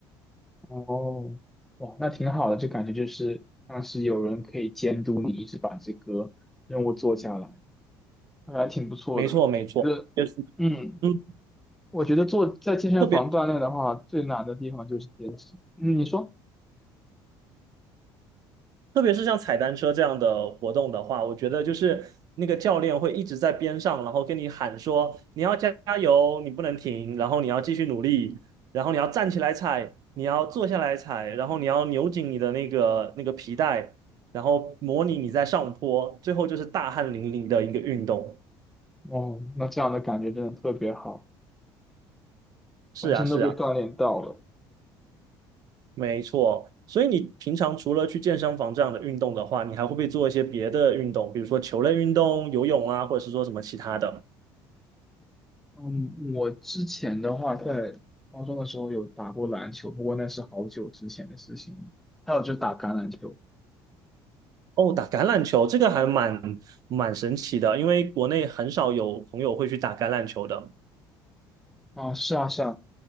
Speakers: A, in the centre; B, on the right (about 45°).
A: 哦，哇，那挺好的，就感觉就是像是有人可以监督你，一直把这个任务做下来，还挺不错的。
B: 没错没错，
A: 觉得，
B: 就是
A: 嗯，
B: 嗯。
A: 我觉得做在健身房锻炼的话，
B: 特别。
A: 最难的地方就是坚持。嗯，你说？
B: 特别是像踩单车这样的活动的话，我觉得就是那个教练会一直在边上，然后跟你喊说你要加油，你不能停，然后你要继续努力，然后你要站起来踩，你要坐下来踩，然后你要扭紧你的那个那个皮带，然后模拟你在上坡，最后就是大汗淋漓的一个运动。
A: 哦，那这样的感觉真的特别好。
B: 是啊，
A: 本身都被锻炼到了。
B: 是啊，没错。所以你平常除了去健身房这样的运动的话，你还会不会做一些别的运动，比如说球类运动、游泳啊，或者是说什么其他的？
A: 嗯，我之前的话，在高中的时候有打过篮球，不过那是好久之前的事情了。还有就是打橄榄球
B: 哦，打橄榄球这个还蛮蛮神奇的，因为国内很少有朋友会去打橄榄球的。
A: 啊，是啊是啊，